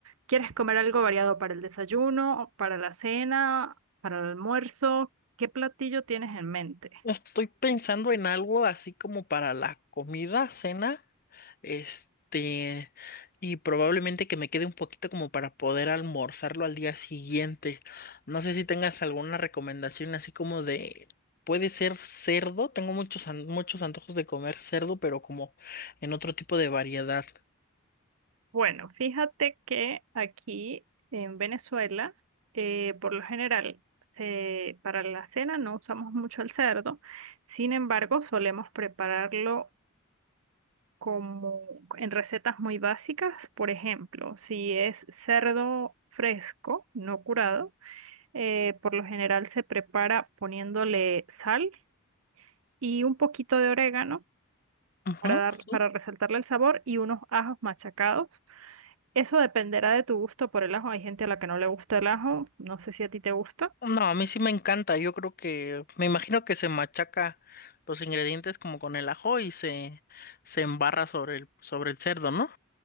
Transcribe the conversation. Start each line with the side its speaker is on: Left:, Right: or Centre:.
Right: ¿quieres comer algo variado para el desayuno, para la cena, para el almuerzo? ¿Qué platillo tienes en mente?
Left: Estoy pensando en algo así como para la comida, cena. Este, y probablemente que me quede un poquito como para poder almorzarlo al día siguiente. No sé si tengas alguna recomendación así como de, puede ser cerdo, tengo muchos, an- muchos antojos de comer cerdo, pero como en otro tipo de variedad.
Right: Bueno, fíjate que aquí en Venezuela, eh, por lo general, se- para la cena no usamos mucho el cerdo, sin embargo, solemos prepararlo como en recetas muy básicas. Por ejemplo, si es cerdo fresco, no curado, eh, por lo general se prepara poniéndole sal y un poquito de orégano
Left: Ujú,
Right: para dar,
Left: sí.
Right: para resaltarle el sabor y unos ajos machacados. Eso dependerá de tu gusto por el ajo. Hay gente a la que no le gusta el ajo. No sé si a ti te gusta.
Left: No, a mí sí me encanta, yo creo que, me imagino que se machaca los ingredientes como con el ajo y se, se embarra sobre el, sobre el cerdo, ¿no?